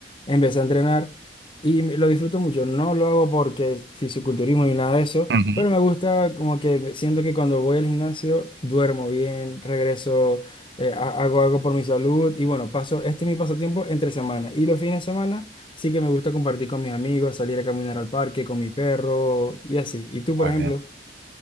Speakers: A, on the left; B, on the right.
A: empecé a entrenar y me- lo disfruto mucho. No lo hago porque es fisiculturismo ni nada de eso,
B: Ujú,
A: pero me gusta como que me- siento que cuando voy al gimnasio duermo bien, regreso, eh, ha- hago algo por mi salud y bueno, paso, este es mi pasatiempo entre semana y los fines de semana. Sí que me gusta compartir con mis amigos, salir a caminar al parque con mi perro y así. ¿Y tú, por
B: Muy
A: ejemplo?
B: bien.